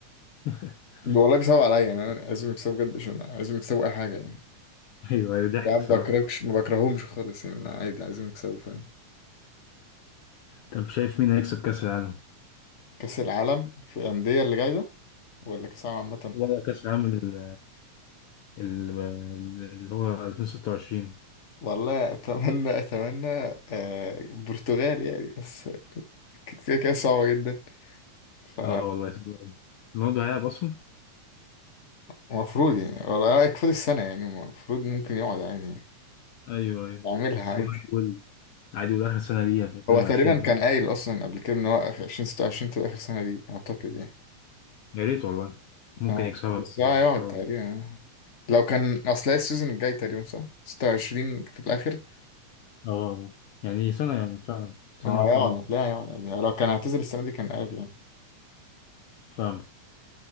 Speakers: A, on the left; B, on the left.
A: <laughs>
B: والله بيصعب عليا يعني انا عايزهم يكسبوا بجد عشان عايزهم يكسبوا اي حاجه يعني
A: ايوه ايوه ضحك
B: يعني ما
A: صراحه
B: بكرهكش ما بكرههمش خالص يعني أنا عادي عايزهم يكسبوا فاهم
A: طب شايف مين هيكسب كاس العالم
B: كاس العالم في الانديه اللي جاي ده ولا كاس العالم عامه
A: لا لا كاس العالم ال- ال- اللي هو 2026
B: والله اتمنى اتمنى آه البرتغال يعني بس كده كده صعبه جدا ف
A: اه والله صعب أوي. رونالدو هيلعب اصلا
B: المفروض يعني والله يكفي السنة يعني المفروض ممكن يقعد عادي يعني
A: ايوه ايوه
B: يعملها
A: بس
B: عادي
A: هو عادي يقول عادي يقول اخر سنه ليها في 22
B: هو تقريبا كان قايل أصلا قبل كده إن هو آخر 2026 تبقى آخر سنة دي أعتقد يعني
A: يا ريت والله ممكن
B: آه.
A: يكسبها
B: بس هو هيقعد
A: ان شاء
B: تقريبا
A: الله
B: لو كان أصل هي السيزون الجاي تقريبا صح؟ 26 في الآخر
A: اه يعني سنه يعني فعلا سنه
B: هو هيقعد
A: وكم
B: هتلاقيه هيقعد عادي يعني لو كان هيعتزل السنة دي كان قايل يعني
A: فاهم